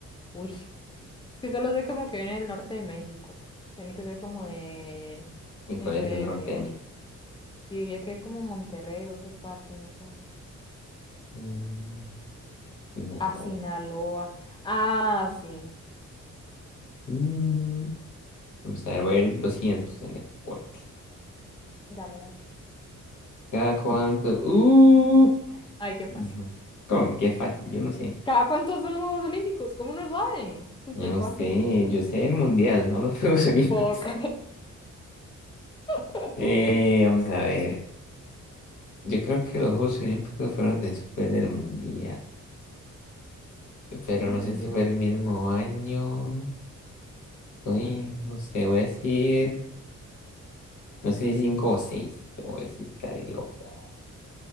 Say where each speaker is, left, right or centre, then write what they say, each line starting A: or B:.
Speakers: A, on the left; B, on the left.
A: uy, <laughs> es que solo sé como que viene del norte de México. Tiene que ser como de,
B: ¿Y cuál
A: no sé,
B: es
A: de,
B: el norte de mí?
A: yo diría que como Monterrey o esas partes, no sé.
B: Mm, Sinaloa.
A: A Sinaloa. Ah, sí.
B: Mm, vamos a ver, voy a ir 200 en deporte.
A: Dale, dale.
B: ¿Cada cuánto? Uh,
A: Ay, qué
B: no.
A: fácil.
B: ¿Cómo que qué fácil? Yo no sé.
A: ¿Cada cuántos son los Juegos Olímpicos? ¿Cómo no sabe? Súper
B: Yo no
A: fácil.
B: sé. Yo sé el mundial, no los <laughs> Juegos Olímpicos.
A: Ok. <laughs>
B: Eh, vamos a ver. Yo creo que los Juegos Olímpicos fueron después del mundial. Pero
A: <clears throat>
B: no sé si fue el mismo año. Soy, no sé, voy a decir, no sé si cinco o seis, o si estaré loco.